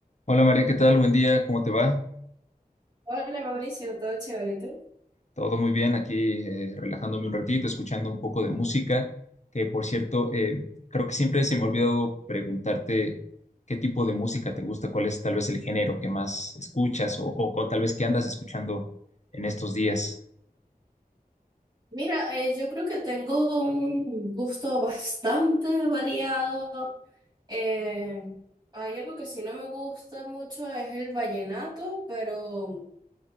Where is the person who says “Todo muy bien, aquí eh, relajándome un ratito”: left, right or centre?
Left